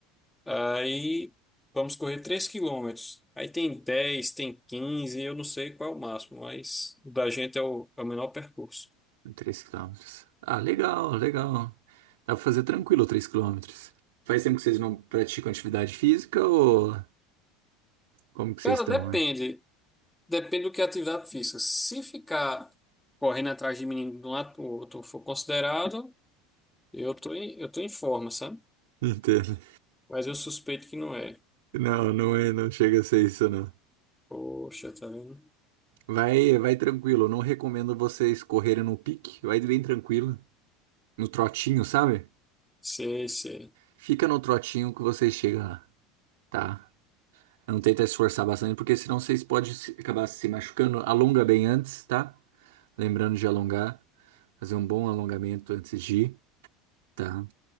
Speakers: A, in the centre; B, on the right.
A: Aí vamos correr 3 quilômetros. Aí tem dez tem quinze eu não sei qual é o máximo, mas o da gente é o, é o menor percurso.
B: três quilômetros. Ah, legal, legal. Dá pra fazer tranquilo 3 quilômetros. Faz tempo que vocês não praticam atividade física ou como que vocês
A: Cara,
B: estão,
A: depende.
B: né?
A: Depende do que é atividade física. Se ficar correndo atrás de menino de um lado para o outro for considerado, eu tô em, eu tô em forma, sabe?
B: Entendo.
A: Mas eu suspeito que não é.
B: Não, não é, não chega a ser isso, não.
A: Poxa, tá vendo?
B: Vai, vai tranquilo. Eu Não recomendo vocês correrem no pique. Vai bem tranquilo. No trotinho, sabe?
A: Sei, sei.
B: Fica no trotinho que vocês chegam lá, tá? Não tenta esforçar bastante, porque senão vocês podem se- acabar se machucando. Alonga bem antes, tá? Lembrando de alongar. Fazer um bom alongamento antes de ir, tá?